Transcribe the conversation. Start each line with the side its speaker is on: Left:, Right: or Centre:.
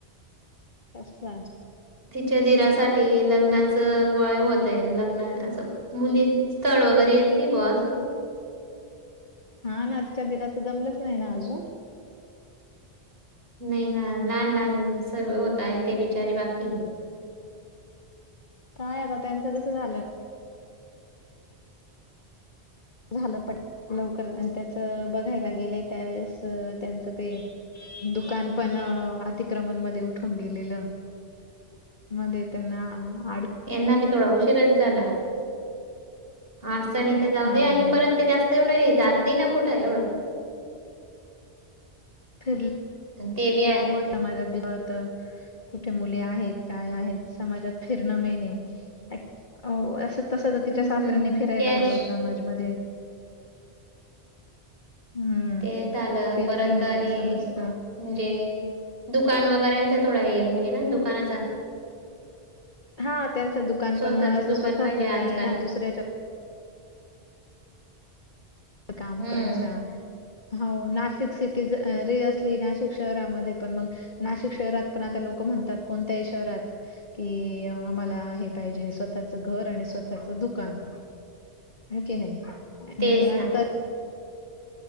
Left: कष्ट <inaudible>
Right: तिच्या दिरासाठी लग्नाच वय होत आहे लग्नाचं अस मुली स्थळ वगैरे येत नाही बुवा असं.
Left: हा ना तिच्या दिराच जमलंच नाहीना अजून?
Right: नाही ना लहान, लहान सर्वे होताय ते बिचारे बाकीय.
Left: काय आता त्यांचं कसं झालं? झालं पण <unintelligible> लवकर आणि त्याच बघायला गेले त्यावेेळेस त्यांचं ते दुकान पण अ अतिक्रमणमध्ये उठून गेलेलं. मध्ये त्यांना आड.
Right: यांना बी थोडा उशीरच झाला आज त्यांनी तर
Left: खूप-
Right: जाऊ
Left: हा
Right: दे आणि परत ते जास्त. तेवढे जाती ना कुठं एवढं.
Left: फिरल
Right: ते बी आहे.
Left: ओळख ना माझ्या दीरवरत <unintelligible> कुठे मुले आहेत काय आहेत समाजात फिरणं मेणेय एक वो अस. तसं तर तिच्या
Right: हम्म
Left: सासऱ्यांनी फिरायला
Right: त्याश
Left: हवं समाजमध्ये. हम्म
Right: ते झालं
Left: फिरलं
Right: परत
Left: हिंडलं
Right: आणि.
Left: की समजतं
Right: म्हणजे दुकान वगैरांचा थोडा हे होऊन गेला दुकानाचा.
Left: हा त्यांचं दुकान
Right: स्वतःच
Left: पण असं
Right: दुकान
Left: स्वतःच
Right: पाहिजे
Left: नाहीये
Right: आजकाल.
Left: ना दुसऱ्याच्या. काम
Right: हम्म
Left: करायचे. हो नाशिक सिटी जरी रे असली नाशिक शहरामध्ये पण मग. नाशिक शहरात पण आता लोक म्हणतात कोणत्याही शहरात. कि आम्हाला हे पाहिजे स्वतःच घर आणि स्वतःच दुकान. ह कि नाही आणि
Right: तेच ना
Left: आता.